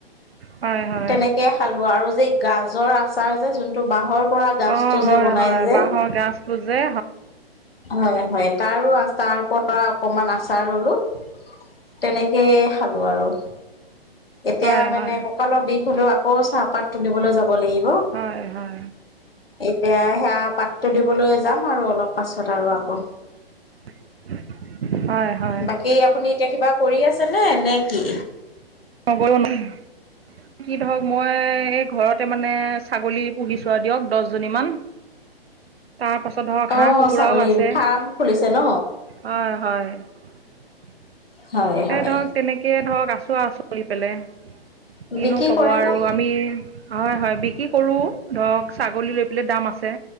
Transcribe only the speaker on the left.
তেনেকে খালো আৰু যে গাজৰ আচাৰ যে যোনটো বাহৰ পৰা গাজটো
যে বনাই
যে
হয় হয় তাৰো আচাৰ পৰা অকমান আচাৰ ললো। তেনেকেই খালো আৰু এতিয়া
মানে
কঁকালৰ বিষ হলেও আকৌ চাহপাত তুলিবলে যাব লাগিব
এতিয়া সেয়া পাতটো দিবলৈ যাম আৰু অলপ পাছত আৰু আকৌ।
বাকী আপুনি এতিয়া কিবা কৰি আছে নে নেকি?
অ'
ছাগলী
ফাৰ্ম খুলিছে ন?
হয় হয়।
বিক্ৰী
কৰে
নে?